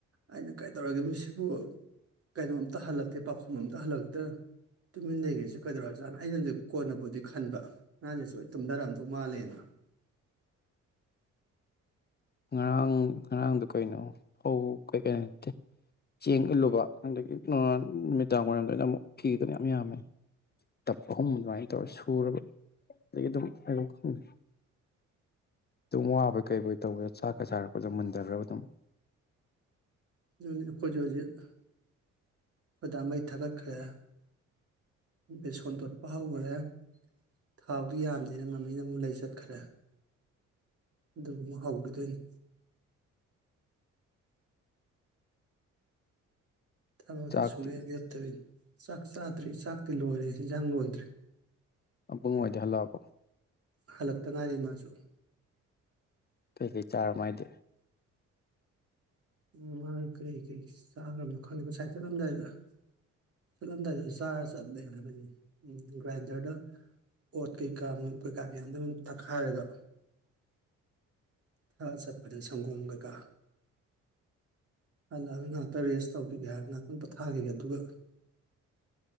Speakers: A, on the right; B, on the left.
A: ꯑꯩꯅ ꯀꯩ ꯇꯧꯔꯒꯦ ꯃꯁꯤꯕꯨ ꯀꯩꯅꯣꯝꯇ ꯍꯜꯂ ꯑꯇꯩ ꯄꯥꯎꯈꯨꯝ ꯑꯝꯗ ꯍꯜꯂꯛꯇ ꯇꯨꯃꯤꯟ ꯂꯩꯈ꯭ꯔꯁꯦ ꯀꯩꯗꯧꯔꯣ ꯑꯣꯖꯥꯥꯟꯅ ꯑꯩꯅꯗꯤ ꯀꯣꯟꯅꯕꯨꯗꯤ ꯈꯟꯕ ꯅꯍꯥꯟꯁꯦ ꯁ ꯑꯩ ꯇꯨꯝꯊꯔꯛꯑꯝꯗꯧ ꯃꯥꯜꯂꯦꯅ
B: ꯉꯔꯥꯡ ꯉꯔꯥꯡꯗꯨꯣ ꯀꯩꯅꯣ ꯐꯧ ꯀꯩ ꯀꯩꯅꯣ ꯅ ꯆꯦꯡ ꯏꯜꯂꯨꯕ ꯑꯗꯒꯤ ꯅꯨꯃꯤꯗꯥꯡ ꯋꯥꯏꯔꯝꯗꯅ ꯑꯃꯨꯛ ꯐꯤꯗꯅ ꯌꯥꯝ ꯌꯥꯝꯃꯦ ꯇꯞ ꯑꯍꯨꯝ ꯑꯗꯨꯃꯥꯏꯅ ꯇꯧꯔ ꯁꯨꯔꯕ ꯑꯗꯒꯤ ꯑꯗꯨꯝ ꯈꯪꯗ ꯑꯗꯨꯝ ꯋꯥꯕꯣꯏ ꯀꯩꯣꯏ ꯇꯧꯕꯗ ꯆꯥꯛꯀ ꯁꯥꯔꯛꯄꯗꯣ ꯃꯨꯟꯊꯈ꯭ꯔꯕ ꯑꯗꯨꯝ
A: ꯑꯗꯨ ꯑꯩꯈꯣꯏꯁꯨ ꯍꯧꯖꯤꯛ ꯈꯣꯏꯗꯥ ꯃꯩ ꯊꯥꯒꯠꯈ꯭ꯔꯦ ꯑꯩ ꯁꯣꯟ ꯇꯣꯠꯄ ꯍꯧꯈꯔꯦ ꯊꯥꯎꯗꯤ ꯌꯥꯝꯗꯦꯅ ꯃꯃꯤꯅ ꯑꯃꯨꯛ ꯂꯩ ꯆꯠꯈ꯭ꯔꯦ ꯑꯗꯨꯒ ꯑꯃꯨꯛ ꯍꯧꯈꯤꯗꯣꯏꯅꯤ ꯊꯃꯛꯇ
B: ꯆꯥꯛꯇꯤ
A: ꯁꯨꯔꯏꯗꯔ ꯇꯕ ꯆꯥꯛ ꯆꯥꯗ꯭ꯔꯦ ꯆꯥꯛꯇꯤ ꯂꯣꯏꯔꯦ ꯏꯟꯁꯥꯡ ꯂꯣꯏꯗ꯭ꯔꯦ
B: ꯑꯕꯨꯡ ꯅꯨꯡꯉꯥꯏꯖꯦ ꯍꯜꯂꯣꯑꯣꯕꯣ
A: ꯍꯂꯛꯇ ꯉꯥꯏꯔꯤ ꯃꯥꯁꯨ
B: ꯀꯩꯀꯩ ꯆꯥꯔꯝꯃꯥꯏꯗꯦ
A: ꯎ ꯃꯥ ꯀꯔꯤ ꯀꯔꯤ ꯆꯥꯈ꯭ꯔꯕꯅꯣ ꯈꯪꯗꯦ ꯉꯁꯥꯏ ꯆꯠꯂꯝꯗꯥꯏꯗꯨꯗ ꯆꯠꯂꯝꯗꯥꯏꯗꯨꯗ ꯆꯥꯔ ꯆꯠꯂꯦ ꯍꯥꯏꯕꯅꯤ ꯎꯝ ꯒ꯭ꯔꯥꯏꯟꯗꯔꯗ ꯑꯣꯠ ꯀꯩꯀꯥ ꯀꯩꯀꯥ ꯃꯌꯥꯝꯗ ꯑꯗꯨꯝ ꯊꯛꯈꯥꯏꯔꯒ ꯊꯛꯑ ꯆꯠꯄꯗ ꯁꯪꯒꯣꯝ ꯀꯩꯀꯥ ꯍꯜꯂꯛꯑꯒ ꯉꯍꯥꯛꯇ ꯔꯦꯁ ꯇꯧꯈꯤꯒꯦ ꯍꯥꯏꯕ ꯉꯍꯥꯛꯇ ꯄꯣꯊꯥꯈꯤꯒꯦ ꯑꯗꯨꯒ